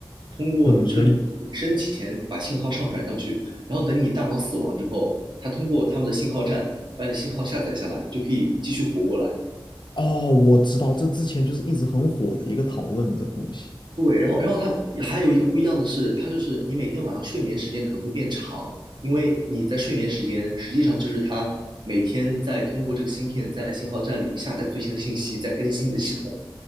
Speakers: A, on the right; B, on the left.
A: 通过就是你生前把信号上传上去，
B: 永生。
A: 然后等你大脑死亡之后，它通过他们的信号站把你的信号下载下来，你就可以继续活过来。
B: 哦，我知道，这之前就是一直很火的一个讨论的这个东西。
A: 对，然后然后它还有一个不一样的是，它就是你每天晚上睡眠时间可能会变长，因为你在睡眠时间实际上就是它每天在通过这个芯片在信号站里下载最新的信息，在更新你的系统。